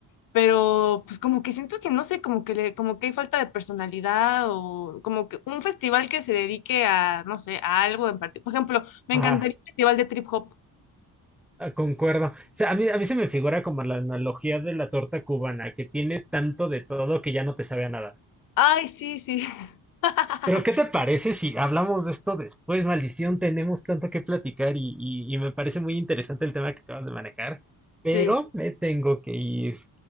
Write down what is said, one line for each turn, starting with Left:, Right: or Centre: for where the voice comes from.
Left: pero pues como que siento que no sé, como que le, como que hay falta de personalidad o como que un festival que se dedique a, no sé, a algo en particular. Por ejemplo, me
Centre: Ajá,
Left: encantaría un festival de trip hop.
Centre: ah, concuerdo. O sea, a mí, a mí se me figura como la analogía de la torta cubana, que tiene tanto de todo que ya no te sabe a nada.
Left: Ay, sí, sí. <laughs>
Centre: Pero ¿qué te parece si hablamos de esto después? Maldición, tenemos tanto que platicar y, y- y me parece muy interesante el tema que acabas de manejar,
Left: Sí.
Centre: pero me tengo que ir.